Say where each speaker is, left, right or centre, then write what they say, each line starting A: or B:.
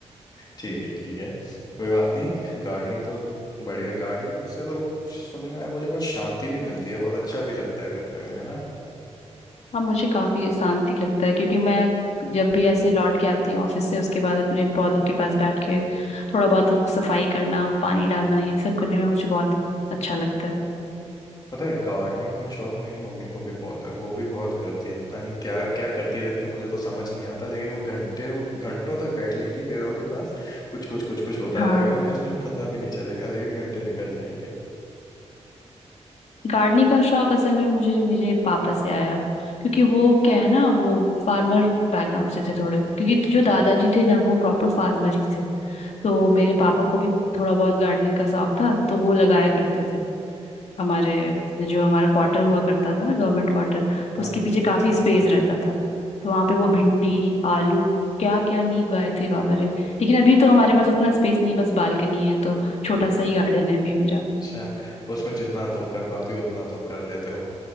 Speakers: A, on the left (about 35°); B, on the left (about 70°).
A: ठीक है ठीक है कोई बात नहीं गार्डनिंग तो बढ़िया गार्डनिंग से तो सुनने में आया मुझे बहुत शांति भी मिलती है बहुत अच्छा भी लगता है करने में है ना
B: हाँ मुझे काफी शांति लगता है क्योंकि मैं जब भी ऐसे लौट के आती हूँ ऑफिस से उसके बाद अपने पौधों के पास बैठ के थोड़ा बहुत उनको सफाई करना पानी डालना ये सब करने में मुझे बहुत अच्छा लगता है
A: पता है गार्डनिंग का शौक मेरी मम्मी को भी बहुत है वो भी बहुत करती है पता नहीं क्या क्या करती रहती है मुझे तो समझ नहीं आता लेकिन वो घंटे घंटों तक बैठ लेंगी पेड़ों के पास कुछ कुछ कुछ कुछ होता
B: हाँ
A: रहेगा उनके पास मुझे पता भी नहीं चलेगा लेकिन घंटे निकल जाएंगे
B: गार्डनिंग का शौक असल में मुझे मेरे पापा से आया क्योंकि वो क्या है ना वो फार्मर बैकग्राउंड से थे थोड़े क्योंकि
A: अच्छा
B: जो दादाजी थे ना वो प्रॉपर फार्मर ही थे तो मेरे पापा को भी थोड़ा बहुत गार्डनिंग का शौक था तो वो लगाया करते थे हमारे जो हमारा क्वार्टर हुआ करता था ना गवर्नमेंट क्वार्टर तो
A: हाँ
B: उसके
A: हाँ
B: पीछे काफी स्पेस रहता था तो वहां पे वो भिंडी आलू क्या क्या नहीं उगाए थे बाबा रे लेकिन अभी तो हमारे पास उतना स्पेस नहीं है बस बालकनी है तो छोटा सा ही गार्डन है अभी मेरा
A: अच्छा उसमें जितना तुम कर पाती हो उतना तुम कर लेते हो